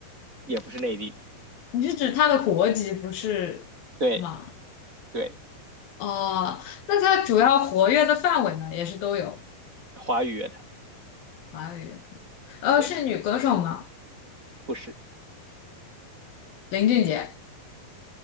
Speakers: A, on the right (about 20°); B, on the left (about 75°).
A: 也不是内地的，
B: 你是指他的国籍不是吗？
A: 对对，
B: 哦，那他主要活跃的范围呢，也是都有
A: 华语乐坛，
B: 华语乐队呃，
A: 对，
B: 是女歌手吗？
A: 不是，
B: 林俊杰，